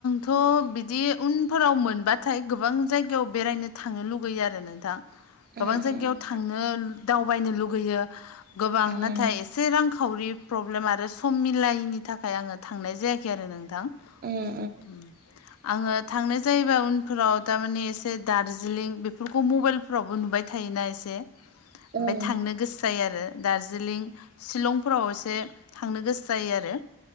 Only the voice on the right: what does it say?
उम,
उम,
उम,
उम,